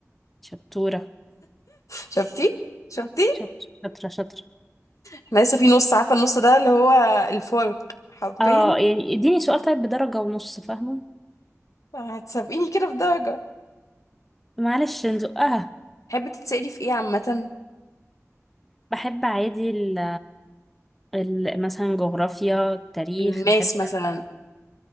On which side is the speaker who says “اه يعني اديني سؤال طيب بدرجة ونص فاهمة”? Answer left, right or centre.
Centre